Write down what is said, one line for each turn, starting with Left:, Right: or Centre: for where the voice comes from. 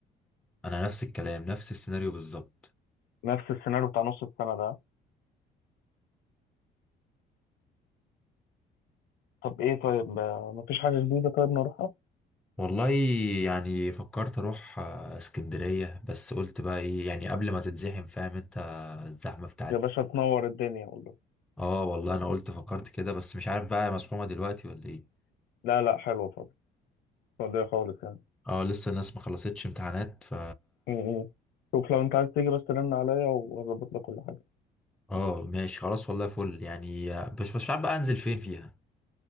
Centre: انا نفس الكلام نفس السيناريو بالظبط
Left: نفس السيناريو بتاع نص السنه ده طب ايه طيب آه، مفيش حاجه جديده طيب نروحها
Centre: والله يعني فكرت اروح آه، اسكندرية بس قلت بقى ايه يعني قبل ما تتزحم فاهم انت الزحمة بتاعت
Left: يا باشا تنور الدنيا والله
Centre: اه والله انا قلت فكرت كده بس مش عارف بقى مسحومة دلوقتي ولا ايه
Left: لا لا حلوه فاضي فاضي خالص يعني
Centre: اه لسه الناس ما خلصتش امتحانات ف
Left: م- م. شوف لو انت عايز تيجي بس رن عليا وهظبط لك كل حاجة
Centre: اه ماشي خلاص والله فل يعني مش مش عارف بقى انزل فين فيها